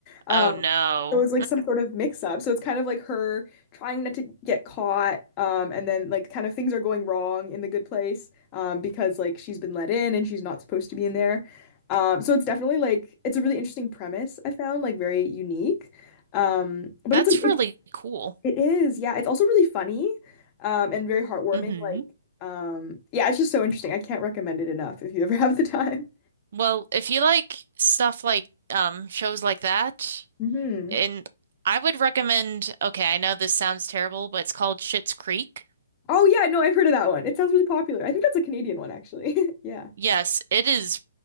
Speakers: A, on the left; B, on the right.
A: Um,
B: Oh no.
A: it was like some sort of mix up. So it's kind of like her trying not to get caught, um, and then like kind of things are going wrong in the good place, um, because like she's been let in and she's not supposed to be in there. Um, so it's definitely like it's a really interesting premise I found, like very unique. Um, but
B: That's
A: it's like, it,
B: really cool.
A: it is, yeah, it's also really funny, um, and very heartwarming.
B: Mm-hmm.
A: Like, um, yeah, it's just so interesting. I can't recommend it enough if you ever <laughs> have the time.
B: Well, if you like stuff like um shows like that,
A: hmm
B: and I would recommend, okay, I know this sounds terrible, but it's called Schitt's Creek.
A: Oh yeah, no, I've heard of that one. It sounds really popular. I think that's a Canadian one actually. <laughs> Yeah.
B: Yes, it is